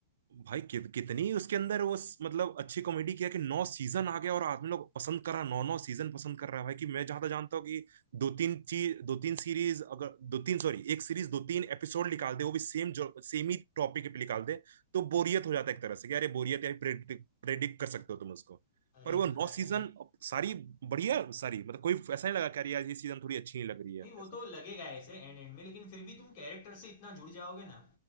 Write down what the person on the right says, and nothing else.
भाई कि, कितनी उसके अंदर वो स- मतलब अच्छी कॉमेडी किया कि नौ सीजन आ गया और आदमी लोग पसंद कर रहा नौ नौ सीजन पसंद कर रहा है भाई कि मैं जहां तक जानता हूँ कि दो तीन चीज दो तीन सीरीज अगर दो तीन सॉरी एक सीरीज दो तीन एपिसोड निकाल दे वो भी सेम जो सेम ही टॉपिक पे निकाल दे तो बोरियत हो जाता है एक तरह से कि अरे बोरियत यार प्रेडिक्ट प्रेडिक्ट कर सकते हो तुम उसको
पर वो नौ
सीजन सारी बढ़िया सारी मतलब कोई ऐसा नहीं लगा कि अरे यार ये सीजन थोड़ी अच्छी नहीं लग रही है
ऐसा